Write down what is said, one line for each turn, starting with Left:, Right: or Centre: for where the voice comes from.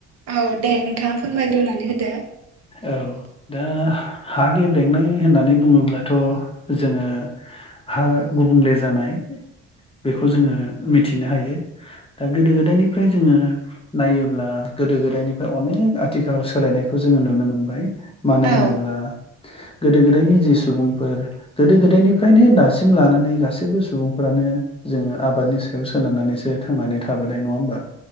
Right: औ दे नोंथाङा फोरमायग्रोनानै होदो
Left: औ दा हा गेब्रेंनाय होननानै बुङोब्लाथ' जोङो हा गुबुंले जानाय खौ जोङो मिथिनो हायो दा गोदो गोदायनिफ्राय जोङो नायोब्ला गोदो गोदायनिफ्राय अनेक आथिखालाव सोलायनायखौ जोङो नुनो मोनबाय मानो
Right: औ
Left: होनोब्ला गोदो गोदायनि जि सुबुंफोर गोदो गोदायनिफ्रायनो दासिम लानानै गासैबो सुबुंफ्रानो जोङो आबादनि सायाव सोनारनानैसो थांनानै थाबोनाय नङा होमबा